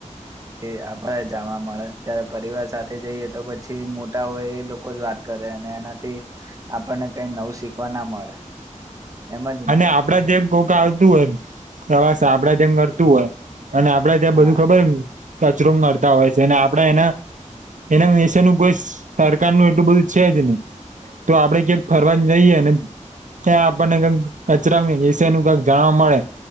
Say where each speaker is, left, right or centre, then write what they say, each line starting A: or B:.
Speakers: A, on the right; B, on the right.
A: એ આપણે જાણવા મળે જય્યારે પરિવાર સાથે જઈએ તો પછી મોટા હોય એ લોકો જ વાત કરે અને એનાથી આપણને કઈ નવું શીખવા ના મળે. એમ જ
B: અને
A: ને
B: આપડા જેમ કોક આવતું હોય એમ, પ્રવાસ આપડા જેમ કરતું હોય અને આપડે ત્યાં
A: હા
B: બધું ખબર કચરો મરતા હોય છે, અને આપડા એના એના વિશેનું કોઈ સરકાર નુ એટલું બધું છે જ નહી તો આપડે ક્યાંક ફરવાન જઈએ ને ત્યાં આપણને કક કચરા મે એશે એનું કક જાણવા મળે,